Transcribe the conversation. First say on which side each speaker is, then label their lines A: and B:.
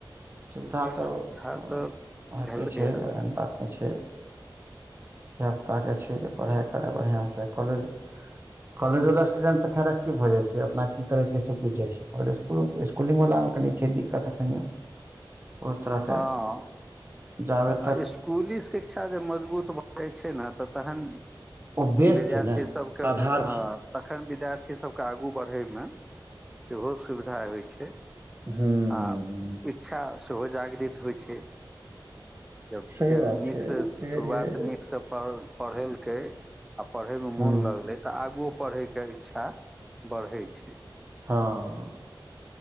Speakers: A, on the right; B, in the centre.
A: सुविधा तऽ
B: सुविधा
A: होइते
B: तऽ भेलैए
A: छै एहन बात नहि छै धिया पुताके छै जे पढ़ाइ कराइ बढ़िआँसँ कॉलेज
B: <inaudible>
A: कॉलजला स्टूडेंट त खर एक्टिव भ जाइ छै अपना क कर बुझि जाइ छै इसकुलिंग वला मे कनि छै दिक्कत एखनि बहुत तरहके
B: हँ
A: जाबे
B: आ
A: तक
B: इसकुली शिक्षा जे मजबूत भऽ जाइत छै ने तऽ तहन
A: ओ बेस
B: विद्यार्थी
A: छै ने
B: सबके
A: आधार
B: हँ
A: छै
B: तखन विद्यार्थी सभ के आगू बढ़ै मे सेहो सुविधा होइ छै
A: हूँ हूँ
B: आ
A: हूँ
B: इच्छा सेहो जागृत होइ छै जब फेर
A: सही बात
B: नीक
A: छै
B: से
A: धीरे
B: शुरुआत
A: धीरे
B: नीक सब पढ़ेल कै आ पढ़ै मे
A: हूँ
B: मोन लगलै तऽ आगूओ पढ़ैके इच्छा बढ़ै छै।
A: हँ